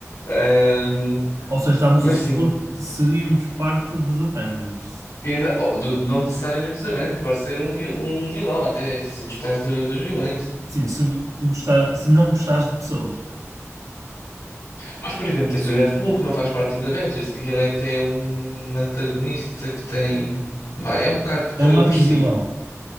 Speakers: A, on the left; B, on the right.
A: Ahm,
B: Ou seja, estamos
A: mas
B: a supor
A: sim,
B: que seríamos parte dos Avengers.
A: exa- oh, do- não necessariamente dos Avengers, pode ser um, vil- um vilão, até se gostares do- dos vilões.
B: Sim, se, se gostar- se não gostares de pessoas.
A: Mas, por exemplo, tens o Deadpool que não faz parte dos Avengers e ele é até um antagonista que tem. Bah, é um bocado de cada
B: É um
A: um
B: anti-vilão.
A: por si.